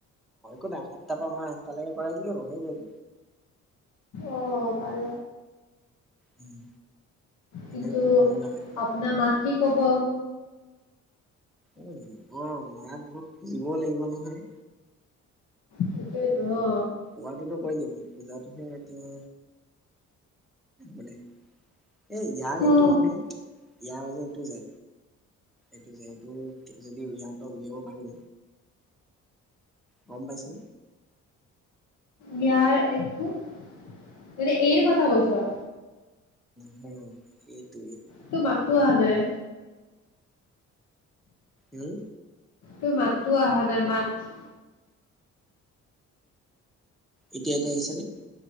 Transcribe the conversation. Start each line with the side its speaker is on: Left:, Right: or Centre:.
Centre: কোনা সাতটাৰ পৰা মই আঠটালৈকে কৰাই দিলো সই গ'ল।
Left: অ পাৰ
Centre: উম, এনেই
Left: কিন্তু
Centre: ইমান সময় নালাগে বাৰু।
Left: আপোনাৰ মাক কি কব?
Centre: অ অ মাক আকৌ দিব লাগিব নহয়
Left: তাকে তো অ
Centre: কোৱাটোটো কৈ দিম পূজাটো হে এতিয়া বুলি এ ইয়াৰ এইটো
Left: অ
Centre: মানে ইয়াৰ যে এইটো যে এইটো যে এইটো যদি উইয়াত উলিয়াব পাৰো গম পাইছো
Left: নিয়াৰ এককো তুতে এৰ কথা কৈছ
Centre: হ এইটো এইটো
Left: টো মাতটো অহা নাই
Centre: উম
Left: তোৰ মাতটো অহা নাই মাত
Centre: এতিয়া ইয়াতে আহিছে নে?